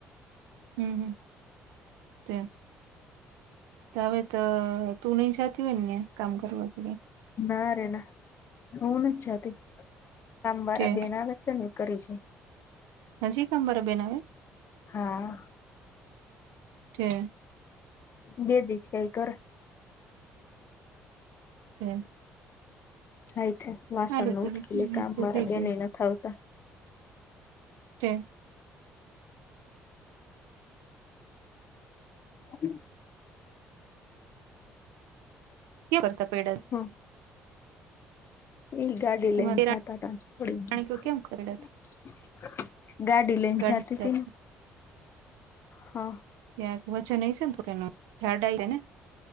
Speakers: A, on the right; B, on the left.
A: હમ્મ હમ્મ, તે તો હવે તો તું નહી જાતિ હોય ને કામ કરવા કે કાઈ?
B: ના રે ના, હું નથ જાતિ, કામવાળા
A: તે
B: બેન આવે છે ને, એ કરે છે.
A: હજી કામવાળા બેન આવે?
B: હા.
A: કે
B: બે દિવ છે, કરે.
A: એમ
B: હાય થે, વાસણ
A: હારું
B: નો ઉટકી લે, કામવારા
A: તો થઈ
B: બેને
A: જાય
B: નથ આવતા.
A: તે
B: હમ.
A: કે બરતા પેડ.
B: હા. એ ગાડી
A: તમારે
B: લઈને એમ જાતા તા <unintelligible>
A: પાણી કેમ કરડત
B: ગાડી લઈને
A: ગાડી
B: જાતી હતીને. હા.
A: ત્યાં વચજન નહીં છે ને તો એ ઝાડા આય રને.